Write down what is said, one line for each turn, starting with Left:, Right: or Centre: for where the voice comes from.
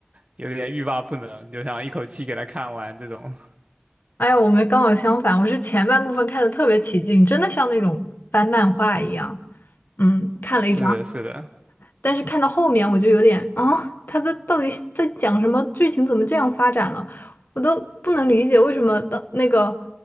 Right: 有点欲罢不能，就想一口气给他看完这种。
Left: 哎呀，我们刚好相反，我是前半部分看的特别起劲，真的像那种翻漫画一样，嗯，
Right: <laughs>
Left: 看了一
Right: 是的，是的。
Left: 但是看到后面我就有点啊，他在到底在讲什么？剧情怎么这样发展了？我都不能理解为什么的那个